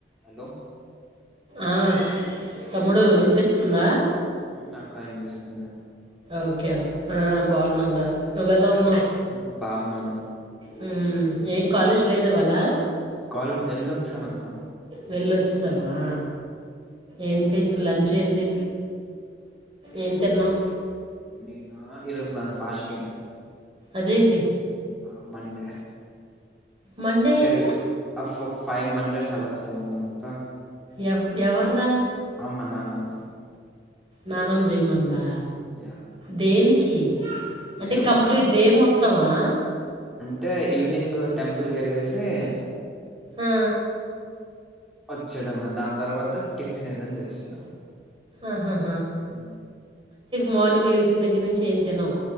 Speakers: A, in the centre; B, on the right.
A: Hello
B: ఆ తమ్ముడు వినిపిస్తుందా
A: హుమ్ అక్క ఇనిపిస్తుంది
B: ఓకే ఆ బాగున్నామ్ రా నువేల ఉన్
A: ఉమ్ బాగున్నాను
B: హుమ్ ఏ కాలేజ్ లేద్ ఇవాళ
A: వాల్ తేల్ సత్ స నాక
B: వెళ్ళద్ వసవా ఏంటి లంచ్ ఏంటి ఏం తిన్నావు
A: నేను ఈ రోజు నాది ఫాస్టింగ్
B: అదేంటి
A: ఆ పండగ
B: మండే
A: అంటే
B: అయితే
A: ఫ్ ఆఫ్ ఫైవ్ మస్ అలా చేయమన్నాంత
B: ఎవ ఎవరు రా
A: మా నానమ్మ
B: నానమ్ జేయమందా
A: యా
B: దేనికి అంటే
A: ఏమో
B: కంప్లీట్ డే మొత్తమా
A: టే ఈవినింగ్ టెంపుల్ కి వెళ్ళేసి
B: ఆ,
A: వచ్చేడమే దాని తర్వాత టిఫిన్ ఏదనా చేసినా
B: ఆహ
A: హ
B: మార్నింగ్ లేచిన దగర నుంచి ఏం తినవు